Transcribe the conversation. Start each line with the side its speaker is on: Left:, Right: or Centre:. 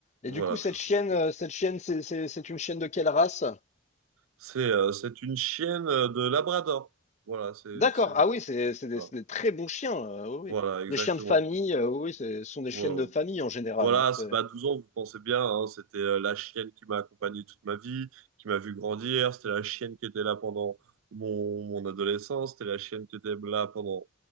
Right: Voilà,
Left: Et du coup, cette
Right: tout ça.
Left: chienne,
Right: Bon.
Left: euh, cette chienne, c'est, c'est- c'est une chienne de quelle race?
Right: C'est euh, c'est une chienne euh, de Labrador. Voilà, c'est
Left: D'accord,
Right: c'est
Left: ah oui, c'est, c'est des,
Right: voilà.
Left: c'est des très bons chiens, euh, oui.
Right: Voilà,
Left: oui.
Right: exactement.
Left: Des chiens de famille, euh, oui, c'est- ce sont des
Right: Voilà.
Left: chiennes de famille en général.
Right: Voilà,
Left: hein.
Right: c'est-
Left: C'est-
Right: bah 12 ans, vous pensez bien, hein, c'était euh, la chienne qui m'a accompagné toute ma vie, qui m'a vu grandir, c'était la chienne qui était là pendant mon, mon adolescence, c'était la chienne qui était là pendant,